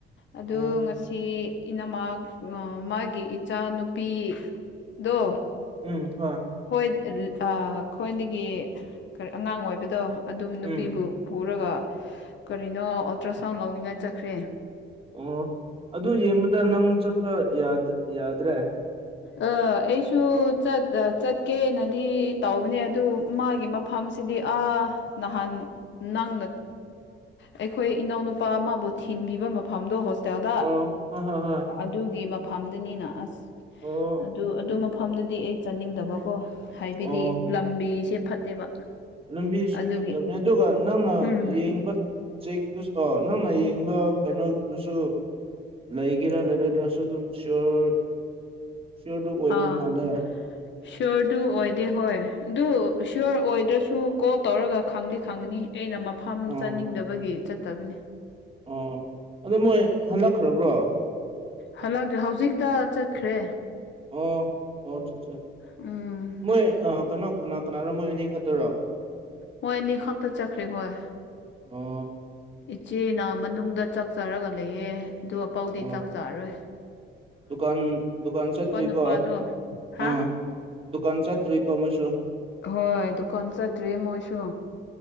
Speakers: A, on the left; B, on the right.
A: ꯑꯗꯨ
B: ꯑꯣ
A: ꯉꯁꯤ ꯏꯅꯃꯛ ꯃꯥꯒꯤ ꯏꯆꯥꯅꯨꯄꯤꯗꯣ
B: ꯎꯝ ꯍ
A: ꯍꯣꯏ ꯈꯈꯣꯏꯗꯒꯤ ꯀꯔꯤ ꯑꯉꯥꯡ ꯑꯣꯏꯕꯗꯣ ꯑꯗꯨꯝ ꯅꯨꯄꯤꯕꯨ
B: ꯎꯝ
A: ꯄꯨꯔꯒ ꯀꯔꯤꯅꯣ ꯑꯜꯇ꯭ꯔ ꯁꯥꯎꯟ ꯂꯧꯅꯤꯡꯉꯥꯏ ꯆꯠꯈ꯭ꯔꯦ
B: ꯑꯣ ꯑꯗꯨ ꯌꯦꯡꯕꯗ ꯅꯪ ꯆꯠꯄ ꯌꯥꯗ꯭ꯔꯦ
A: ꯎ ꯑ ꯑꯩꯁꯨ ꯆꯠꯀꯦꯅꯗꯤ ꯇꯧꯕꯅꯦ ꯑꯗꯨ ꯃꯥꯒꯤ ꯃꯐꯝꯐꯝꯁꯤꯗꯤ ꯑꯥ ꯅꯍꯥꯟ ꯅꯪꯅ ꯑꯩꯈꯣꯏ ꯏꯅꯥꯎꯅꯄꯥ ꯑꯃꯕꯨ ꯊꯤꯟꯕꯤꯕ ꯃꯐꯝꯗꯣ ꯍꯇꯗ
B: ꯑꯣ ꯍꯣꯏ ꯍꯣꯏ ꯍꯣꯏ
A: ꯑꯗꯨꯒꯤ ꯃꯐꯝꯗꯨꯅꯤꯅ ꯑꯁ
B: ꯑꯣ
A: ꯑꯗꯨ ꯑꯗꯨ ꯃꯐꯝꯗꯗꯤ ꯑꯩ ꯆꯠꯅꯤꯡꯗꯕꯀꯣ ꯍꯥꯏꯕꯗꯤ
B: ꯑꯣ
A: ꯂꯝꯕꯤꯁꯦ ꯐꯠꯇꯦꯕ
B: ꯂꯝꯕꯤꯁꯨ
A: ꯑꯗꯨꯒꯤ
B: ꯐꯠꯇꯕꯅꯦ ꯑꯗꯨꯒ ꯅꯪꯅ
A: ꯎꯝ
B: ꯌꯦꯡꯕ ꯆꯦꯛꯇꯨ ꯑꯣ ꯅꯪꯅ ꯌꯦꯡꯕ ꯀꯩꯅꯣꯗꯨꯁꯨ ꯂꯩꯒꯦꯔꯥ ꯂꯩꯔꯣꯏꯗ꯭ꯔꯥꯁꯨ ꯑꯗꯨꯝ ꯁꯤꯌꯣꯔ ꯁꯤꯌꯣꯔꯗꯨ ꯑꯣꯏꯗꯕ
A: ꯑꯥ
B: ꯃꯥꯜꯂꯦ
A: ꯁꯤꯌꯣꯔꯗꯨ ꯑꯣꯏꯗꯦ ꯍꯣꯏ ꯑꯗꯨ ꯁꯤꯌꯣꯔ ꯑꯣꯏꯗ꯭ꯔꯁꯨ ꯀꯣꯜ ꯇꯧꯔꯒ ꯈꯪꯗꯤ ꯈꯪꯅꯤ ꯑꯩꯅ ꯃꯐꯝ
B: ꯑꯣ
A: ꯆꯠꯅꯤꯡꯗꯕꯒꯤ ꯆꯠꯇꯕꯅꯦ
B: ꯑꯣ ꯑꯗꯣ ꯃꯣꯏ ꯍꯜꯂꯛꯈ꯭ꯔꯕ꯭ꯔꯣ
A: ꯍꯜꯂꯛꯇ꯭ꯔꯦ ꯍꯧꯖꯤꯛꯇ ꯆꯠꯈ꯭ꯔꯦ
B: ꯑꯣ ꯑꯣ ꯑꯠꯆꯥ ꯑꯆꯥ
A: ꯎꯝ
B: ꯃꯣꯏ ꯑ ꯀꯩꯅꯣ ꯀꯅꯥ ꯀꯅꯥꯔꯣ ꯃꯣꯏ ꯑꯅꯤ ꯈꯛꯇꯔꯣ
A: ꯃꯣꯏ ꯑꯅꯤ ꯈꯛꯇ ꯆꯠꯈ꯭ꯔꯦ ꯍꯣꯏ
B: ꯑꯣ-
A: ꯏꯆꯦꯅ ꯃꯅꯨꯡꯗ ꯆꯥꯛ ꯆꯥꯔꯒ ꯂꯩꯌꯦ ꯑꯗꯨ ꯑꯄꯥꯎꯗꯤ
B: ꯑꯣ
A: ꯆꯥꯛ ꯆꯥꯔꯔꯣꯏ
B: ꯗꯨꯀꯥꯟ ꯗꯨꯀꯥꯟ ꯆꯠꯇ꯭ꯔꯤꯀꯣ
A: ꯅꯨꯄꯥꯗꯣ ꯍꯥ
B: ꯑꯥ ꯗꯨꯀꯥꯟ ꯆꯠꯇ꯭ꯔꯤꯀꯣ ꯃꯣꯏꯁꯨ
A: ꯍꯣꯏ ꯗꯨꯀꯥꯟ ꯆꯠꯇ꯭ꯔꯤ ꯃꯣꯏꯁꯨ